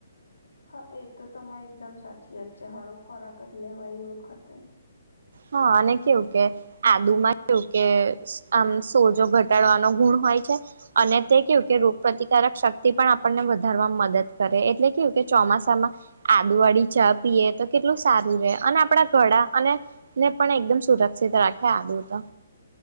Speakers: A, on the left; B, on the right.
A: હા એ તો તમે એકદમ સાચી વાત છે હળવો ખોરાક જ લેવાય એ વખતે
B: અને કેવું કે આદુમાં કેવું કે આમ સોજો ઘટ ટાડવાનો ગુણ હોય છે અને તે કેવું કે રોગ પ્રતિકારક શક્તિ પણ આપણને વધારવામાં મદદ કરે એટલે કેવું કે ચોમાસામાં આદુ વાળી ચા પીએ તો કેટલું સારું રે અને આપણા ઘડા અને ને પણ એકદમ સુરક્ષિત રાખે આદુર તો